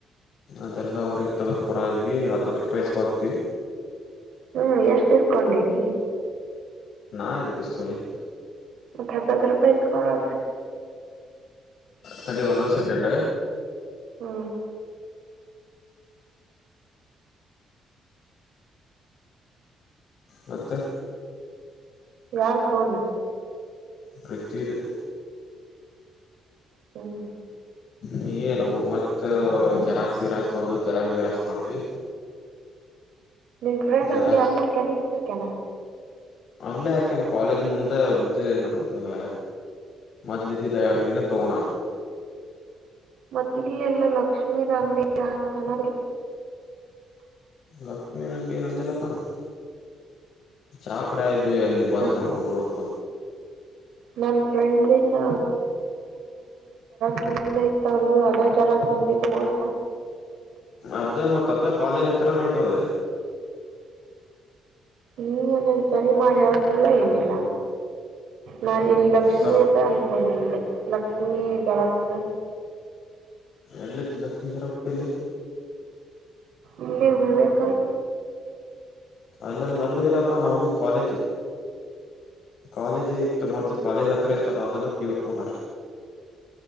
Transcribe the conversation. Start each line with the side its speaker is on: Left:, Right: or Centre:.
Left: ಅದೆಲ್ಲ ಅವ್ರಿಗೆ ತಗದುಕೊಡ ಇದಿದ್ವಿ ಹತ್ತು ಹತ್ತು ರೂಪಾಯಿ ಎಸ್ಕೊತ್ವಿ
Right: ಹ್ಮ್ ಎಷ್ಟು ತಸ್ಕೊಂಡೇನಿ
Left: ನಾ ಇದ್ದಕ್ಕೆಿಸಕಲ್ಲಿ
Right: ಮ ಹತತ್ರ ಪೈಸ ಕಡ ಆತ
Left: ತರ್ಟಿ ಒಂದಂದ ಸೆಕಂಡ
Right: ಹ್ಞೂ
Left: ಮತ್ತುತ್ತೆ
Right: ಯಾರತ್ಕಣ
Left: ಪ್ರತಿದ
Right: ಹ್ಮ್
Left: ನೀಲ್ಲ ಮತ್ತ ಜರಾಕ್ ಜಿರಾಸ್ ಬಂದು ಜರಾಕ್ ಜಿ ರಸ್ ಮಾಡ್ವಿ
Right: ನಿನ್ ಫ್ರೆಂಡ್
Left: ಜೆರಾಕ್ಸ್
Right: ಅಂಗಗೆ ಅಲ್ಲ ಕೆನೆ ಇಲ್ಲ ಕೆ್ಯನೆ
Left: ಅಲ್ಲೇ ಯಾಕೆನ್ ಕಾಲೇಜ್ ಮುಂದೆ್ದ ನಮ್ದಾರ ಮದಲಿಧಿ ದಯಾಂಗಡಿಿನ ತೋಣಾನ್
Right: ಮತ್ತೆ ಇಲ್ಲೆಲ್ಲ ಲಕ್ಷ್ಮೀ ರ ಅಂಗಡ ಅಂತನ
Left: ಲಕ್ಷ್ಮೀಿನ ಅಂಗಡಿ ನೊಂದಿಲ್ಲಪ್ಪಾನ ಚಾ ಕೂಡ ಆಯ್ದು ಮದುವಲ್ಲಿ ಬಂದು
Right: ನಾ
Left: ನಾವು ಮುೋಡಕ
Right: ನನ್ ಫ್ರೆಂಡಿನ ನ ಇ ತರ್ದದು ಅದ ಚರಾಗಿ ಸಂಗಿ ತಗೋಣ <inaudible>
Left: ಅದ ಮತ್ ಅದ ಕಾಲೇಜ್ ಹತ್ತಿರನ ಐತದ
Right: ನೀ ಅದನ್ನು ಸರಿ ಮಾಡಿ ಹೇಳೋಂಗಿಲ್ಲ ಏನಿಲ್ಲ ನಾನು ಲಕ್ಷ್ಮೀ
Left: ಸಬ್
Right: ಅತೆ ಅನ್ಕೊಂಡನಿ ಲಕ್ಷ್ಮೀ ಜರಾಕ್ಸ್
Left: ಎಲ್ಲ ಲಕ್ಷ್ಮೀ ಜ್ವರ ಹತಲ್ಲಿ
Right: ಇಲ್ಲಿಬೇಕೇಕ
Left: ಅಲ್ಲ ಅಲ್ಲ ಇಲ್ಲಪ್ಪ ನಾವಿ ಕಾಲೇಜೆ ಕಾಲೇಜ್ ಇತ್ತು
Right: ಹ್ಮ್
Left: ಮೊದ್ಲು ಕಾಲೇಜ್ ಹತ್ರ ಇತ್ತಲ್ಲ ಅದನ್ನ ತ ತೊಂಡ